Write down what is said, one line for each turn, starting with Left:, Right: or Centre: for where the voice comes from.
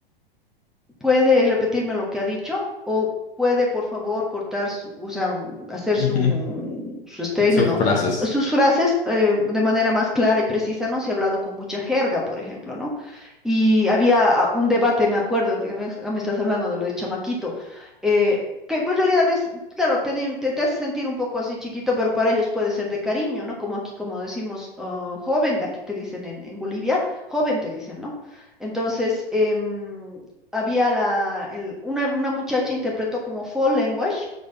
Centre: ¿Puede repetirme lo que ha dicho? ¿O puede, por favor, cortar su, o sea, mm, hacer
Left: Ujú,
Centre: su, su statement
Left: Sus
Centre: o
Left: frases.
Centre: sus frases eh, de manera más clara y precisa, ¿no? Si ha hablado con mucha jerga, por ejemplo, ¿no? Y había ah, un debate, me acuerdo, me, me- ah, me estás hablando de lo de chamaquito, eh, que en realidad es, claro, te, di- te, te hace sentir un poco así chiquito, pero para ellos puede ser de cariño, ¿no? Como aquí, como decimos, ah, joven, aquí te dicen en, en Bolivia, joven te dicen, ¿no? Entonces, em, había la, el- una, una muchacha interpretó como foul language,